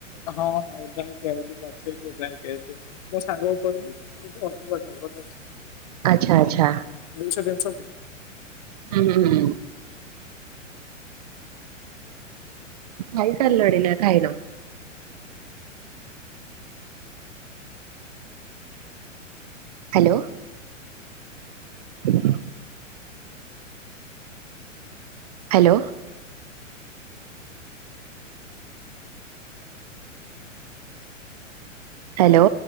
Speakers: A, on the left; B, on the right.
A: ହଁ ହଁ ଓଦା ହେଇକି ଆଇଲି ବାଧ୍ୟ୍ୟ ହେଇକି ଓଦା ଆଇଲି ଆଉ। ମୋ ସାଙ୍ଗକୁ କହିଲି ମାନେ ସେଇଠୁ ଅଳ୍ପ ବାଟ ହେବ ଜଷ୍ଟ୍
B: ଆଚ୍ଛା ଆଚ୍ଛା।
A: ଦୁଇଶହ <unintelligible>
B: ହୁଁ ହୁଁ। ଖାଇ ସାରିଲଣି ନା ଖାଇନ? ହାଲୋ। <inaudible> ହାଲୋ। ହାଲୋ।